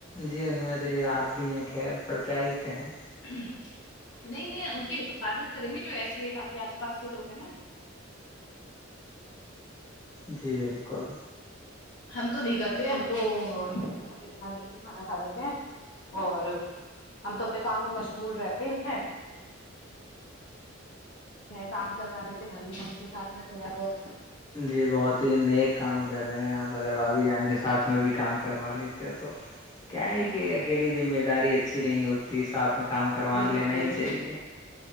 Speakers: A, on the left; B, on the left.
A: جی ان میں سے ایک آپ بھی ایک ہیں خیر پر کیا ہی کہیں
B: نہیں نہیں ان کی حفاظت کریں گے جو ایسے آپ کے آس پاس کے لوگ ہیں نا
A: جی بالکل
B: ہم تو نہیں کرتے ہم تو انشاء اللہ بنا دیکھے کھانا کھا لیتے ہیں اور ہم تو اپنے کام میں مشغول رہتے ہیں کام کروا لیتے بھابھی جان کے سات میں تھوڑا بہت
A: جی بہت ہی نیک کام کر رہے ہیں آپ اگر بھابی جان کے ساتھ میں بھی کام کروا لیتے ہیں تو کیا ہے
B: ہوں
A: کہ اکیلی ذمہ داری اچھی نہیں ہوتی ساتھ میں کام کروا
B: بالکل
A: لینا ہی چاہیے